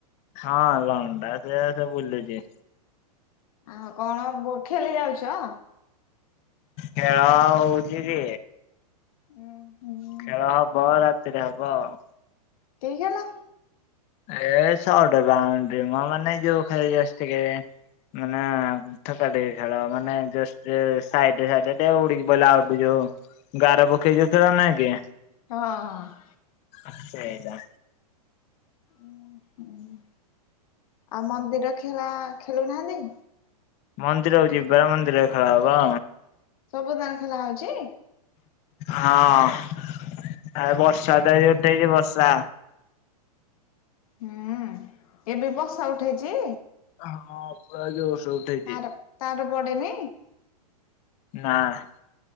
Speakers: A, on the left; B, on the left.
A: ହଁ ଲଣ୍ଡା ସେ ସେ ବୁଲୁଚି।
B: ଆଉ କଣ ବୋ ଖେଲି ଯାଉଛ?
A: ଖେଳ ହଉଚି କି
B: ଉଁ ହୁଁ
A: ଖେଳ ହବ ରା ତିରେ ହବ ଆଉ।
B: ଠିକ୍ ହେଲା।
A: ଏ ଶଟ୍ ବାଉଣ୍ଡ୍ରି ମ ମାନେ ଯୋଉ ଖାଲି ଜଷ୍ଟ ଟିକେ। ମାନେ ଥ ତା ଟି କି ଖେଳ ମାନେ ଜଷ୍ଟ ସାଇଡରେ ସାଇଡରେ ଦେ ଉଡିକି ପଇଲା ଆଉଟ ଯଉ। ଗାର ପକେଇ ଯଉ ଖେଳୁନା କି।
B: ହଁ ହଁ।
A: ଆଃ ସେଇଟା।
B: ଉଁ ହୁଁ ଆଉ ମନ୍ଦିର ଖେଳା ଖେଳୁନାହାନ୍ତି।
A: ମନ୍ଦିରକୁ ଯିବି ବା ମନ୍ଦିରରେ ଖେଳ ହବ।
B: ସବୁଦାଁ ଖୋଲା ହଉଛି?
A: ହଁ ଏ ବର୍ଷା ତ ଏ ଉଠେଇଚି ବର୍ଷା।
B: ହୁଁ ଏବେ ବର୍ଷା ଉଠେଇଛି?
A: ଆ ହଁ ପୁରା ଯୋର ସେ ଉଠେଇଚି।
B: ତାର ତାର ବଡ଼େନି?
A: ନାଁ।